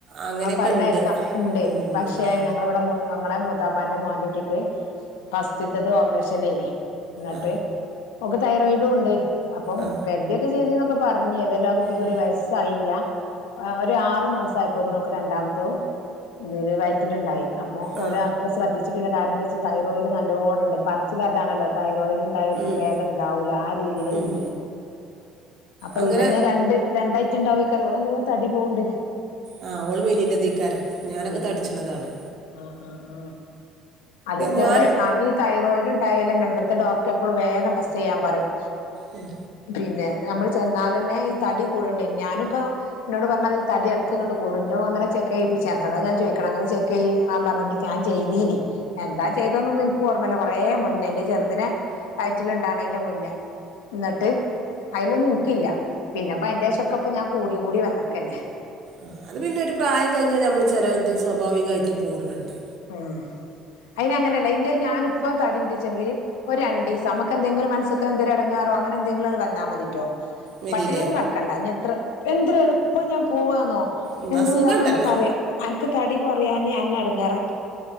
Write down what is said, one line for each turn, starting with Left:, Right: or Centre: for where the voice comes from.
Right: അങ്ങനെയൊക്കെ
Left: ആ പറണയെക്കാം
Right: ഉണ്ട്
Left: ഇണ്ടെ
Right: ഉം,
Left: പക്ഷെ
Right: ആ
Left: ഏ ഞങ്ങളിവിടെ ഞങ്ങളെ മൂത്താപ്പാന്റെ മോന്റെ കുട്ടിക്ക് ഫസ്റ്റിത്തത് ഓപ്പറേഷൻ ആയിനി എന്നിട്ട്
Right: ആ
Left: ഓക്ക് തൈറോയിഡും ഉണ്ട് അപ്പം
Right: ആ
Left: കരുതിയൊക്കെ ചെയ്തിന്നൊക്കെ പറഞ്ഞ് ഏതോലും ആഹ് കുട്ടിക്ക്
Right: ഉം,
Left: ഒരു വയസ്സായില്ല ആഹ് ഒരു ആറു മാസം ആയപ്പോ ഇതിന് ഓക്ക് രണ്ടാമത്തും ഇതില് വയറ്റിലുണ്ടായി അപ്പോ
Right: ആ
Left: ഓല അത്ര ശ്രദ്ധിച്ചിട്ടില്ല കാരണം എന്താ വച്ചാ തൈറോയിഡ് നല്ലോണം ഇണ്ട്. മനസ്സില് അതാണല്ലോ തൈറോയിഡ് ഇണ്ടായോൽക്ക്
Right: ഉം.
Left: വേഗം ഉണ്ടാവൂല്ല ആഹ് രീതിലേനി
Right: ഉം.
Left: അപ്പൊ
Right: അങ്ങനെ
Left: ഇതന്നെ രണ്ട് രണ്ടായിട്ട് ഇണ്ടാവേക്കാരം ഓള് നല്ലോം തടി പോവ്ണ്ട്
Right: ആഹ് ഓള് മെലിന്നതേക്കാരം ഞാനൊക്കെ
Left: ഉം ഉം
Right: തടിച്ചുന്നതാണ്
Left: ഉം ആഹ് ആഹ് ആഹ് അതേപോലെ
Right: ഞാനും
Left: ആഹ് ഈ തൈറോയിഡ് ഇണ്ടായാലന്നെ ഇവിടത്തെ ഡോക്ടർ എപ്പോളും വേഗം ടെസ്റ്റ് ചെയ്യാൻ പറയും
Right: ഉം
Left: പിന്നെ നമ്മള് ചെന്നാല് തന്നെ ഈ തടി കൂട്ണ്ടേ ഞാനിപ്പോ ഇന്നോട് പറഞ്ഞത് ഈ തടി എടക്ക് ഇങ്ങക്ക് കൂടും ഇന്റോം അങ്ങനെ ചെക്ക് ചെയ്യിപ്പി ചേ അതോട ഞാൻ ചോദിക്ക്ണ അങ്ങനെ <unintelligible> ഞാൻ ചെയ്തീനി എന്താ ഇതൊന്നും ഇൻ ഇൻക്ക് ഓർമ്മല്ല കുറേ മുന്നേ ഇന്റെ ചെറുതിനെ വയറ്റിലുണ്ടാവ്ന്നതിന്റെ മുന്നേ ഇന്നട്ട് അയിലൊന്നും ഇൻക്കില്ല പിന്നെപ്പം അയിന്റെ ശേഷം ഒക്കെ ഇപ്പം ഞാൻ കൂടി കൂടി വന്നക്കെന്നെ
Right: ആഹ് അത് പിന്നെ ഒരു പ്രായം കഴിഞ്ഞാൽ നമ്മൾ ചേലോല്ത് സ്വാഭാവികമായിട്ടും കൂടുന്ന്ണ്ട്
Left: ഉം അയിന് അങ്ങനെയല്ല ഇന്റെ ഞാനിപ്പ തടി ഇണ്ടച്ചെങ്കില് ഒരു രണ്ടീസം നമക്ക് എന്തെങ്കിലും മനസ്സ്ക്ക് എന്തേലും എടങ്ങേറോ അങ്ങനെ എന്തെങ്കിലും ഒന്ന് വന്നാൽ മതിറ്റോ
Right: മെലിയില്ലേ
Left: പട്ടിണിയൊന്നും കടക്കണ്ട ഇനി എത്ര എന്തൊരു എളുപ്പം ഞാൻ പോവാന്നോ
Right: എന്നാ
Left: എന്റെ
Right: സുഖമുണ്ടല്ലോ
Left: പുതിയാപ്ല തന്നെ പറയാ അനക്ക് തടി കൊറയാന് അന്നെ എടങ്ങാറാ